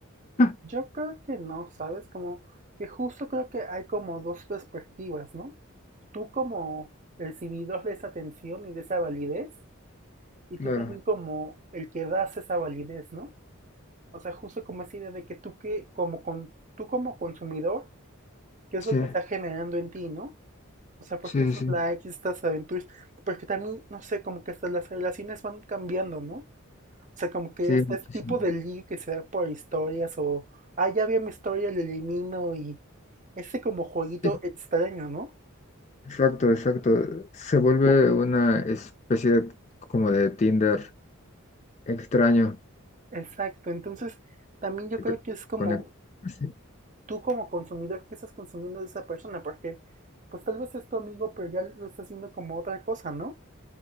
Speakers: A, on the left; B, on the right.
A: <laughs>
B: yo creo que no, ¿sabes? Como que justo creo que hay como dos perspectivas, ¿no? Tú como recibidor de esa atención y de esa validez, y
A: Claro,
B: tú también como el que das esa validez, ¿no? O sea, justo como esa idea de que tú que, como con, tú como consumidor, ¿qué es
A: sí,
B: lo que está generando en ti, no? O sea, porque
A: sí,
B: estos
A: sí,
B: likes, estas aventuras, porque también, no sé, como que hasta las relaciones van cambiando, ¿no? O sea, como que
A: sí,
B: hasta
A: muchísimo.
B: este tipo de ligue que se da por historias o, ah, ya vi mi historia, le elimino y ese como jueguito
A: Sí,
B: extraño, ¿no?
A: exacto, exacto. Se vuelve una especie como de Tinder extraño.
B: Exacto, entonces también yo
A: que
B: creo
A: te
B: que es como
A: conecta. Sí,
B: tú como consumidor, ¿qué estás consumiendo de esa persona? Porque pues tal vez es tu amigo, pero ya lo estás viendo como otra cosa, ¿no?